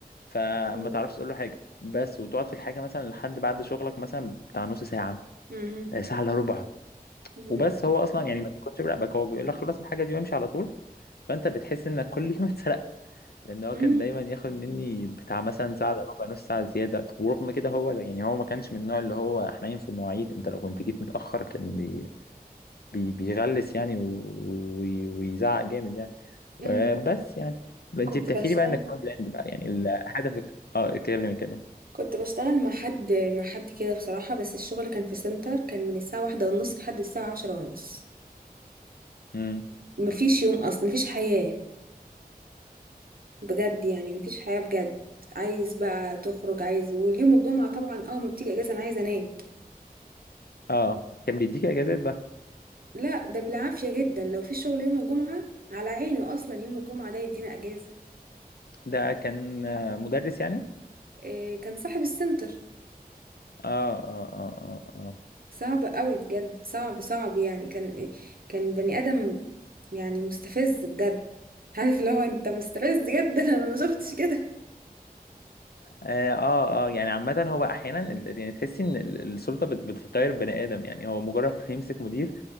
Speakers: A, on the left (about 80°); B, on the right (about 65°).
A: فما
B: مم.
A: تعرفش تقول له حاجه بس وتقعد في الحاجه مثلا لحد بعد شغلك مثلا بتاع نص ساعه
B: مم.
A: آه، ساعه الا ربع
B: مم.
A: وبس هو اصلا يعني ما بيكونش براقبك هو بيقول لك خلص الحاجه دي وامشي على طول فانت بتحس انك كل يوم <laughs> اتسرقت لان هو
B: مم.
A: كان دايما ياخد مني بتاع مثلا ساعه الا ربع نص ساعه زياده ورغم كده هو لا- يعني هو ما كانش من النوع اللي هو حنين في المواعيد انت لو كنت جيت متاخر كان بي بي بيغلس يعني و- و- ويزعق جامد يعني
B: مم.
A: آه، بس يعني انت
B: كنت
A: بتحكي
B: بشتغل
A: لي بقى انك فرونت اند بقى يعني ال- هدفك اه اتكلم اتكلم
B: كنت بشتغل مع حد مع حد كده بصراحة بس الشغل كان في سنتر كان من الساعة واحدة ونص لحد الساعة عشرة ونص
A: امم
B: مفيش يوم أصلا مفيش حياة بجد يعني مفيش حياة بجد عايز بقى تخرج عايز واليوم الجمعة طبعا اه ما بتيجي اجازة انا عايزة انام
A: اه كان بيديك اجازات بقى
B: لا ده بالعافية جدا لو في شغل يوم الجمعة على عيني اصلا يوم الجمعة ده يدينا اجازة
A: ده كان آه، مدرس يعني
B: إيه كان صاحب السنتر
A: اه اه اه اه اه
B: صعب قوي بجد صعب صعب يعني كان كان بني ادم يعني مستفز بجد <laughs> عارف اللي هو انت مستفز جدا <laughs> انا ما شفتش كده
A: اه اه آه، يعني عامة هو احيانا ال- يعني تحسي ان ال- السلطة بت- بتغير بني ادم يعني هو مجرد ما يمسك مدير